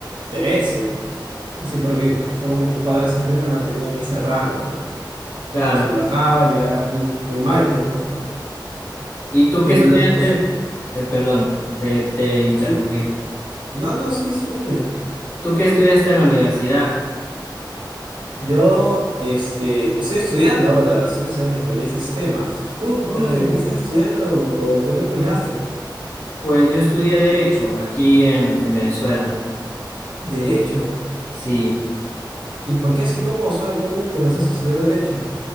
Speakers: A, on the right; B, on the left.
A: trece sí, porque es como que mis padres siempre me mantenían en ese rango, ¿no?
B: Claro.
A: Si bajaba ya era muy, muy mal, pues, ¿no?
B: ¿Y tú
A: Pero
B: qué estudiaste?
A: lo, o sea,
B: Eh, perdón, te, te interrumpí.
A: sí, no, no, sí, sí, dime.
B: ¿Tú qué estudiaste en la universidad?
A: Yo, este, estoy estudiando ahora, estoy estudiando ingeniería de sistemas. ¿Tú,
B: Oh,
A: eh, qué estás estudiando o qué terminaste?
B: pues yo estudié Derecho aquí en, en Venezuela.
A: Derecho.
B: Sí.
A: ¿Y por qué así? ¿Cómo, o sea, cómo comenzaste a estudiar derecho?